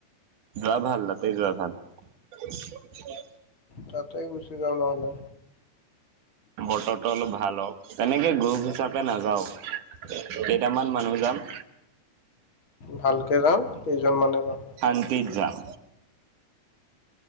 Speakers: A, on the right; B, on the left.
A: যোৱা ভাল, তাতে যোৱা ভাল
B: তাতেই গুচি যাওঁ নহ'লে
A: বতৰটো অলপ ভাল হওক তেনেকে গ্ৰুপ হিচাপে নাযাওঁ কেইটামান মানুহ যাম
B: ভালকে যাম কেইজন মানে যাও
A: শান্তিত যাম